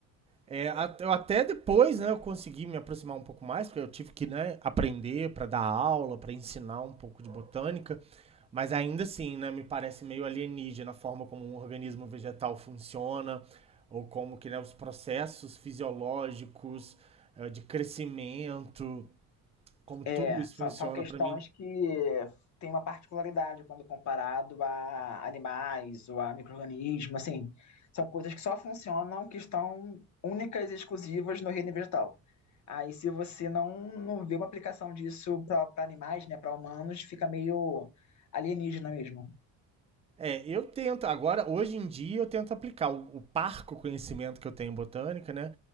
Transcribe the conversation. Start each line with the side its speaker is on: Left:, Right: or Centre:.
Right: é, a- eu até depois, né, eu consegui me aproximar um pouco mais, porque eu tive que, né, aprender para dar aula, para ensinar um pouco de botânica, mas ainda assim, né, me parece meio alienígena a forma como um organismo vegetal funciona, ou como que, né, os processos fisiológicos, eh, de crescimento, como
Left: É,
Right: tudo isso
Left: são,
Right: funciona
Left: são questões
Right: para mim.
Left: que têm uma particularidade quando comparado a animais ou a micro-organismos, assim, são coisas que só funcionam, que estão únicas e exclusivas no reino vegetal. Aí, se você não, não vê uma aplicação disso para animais, né, para humanos, fica meio alienígena mesmo.
Right: É, eu tento, agora, hoje em dia, eu tento aplicar o, o parco conhecimento que eu tenho em botânica, né?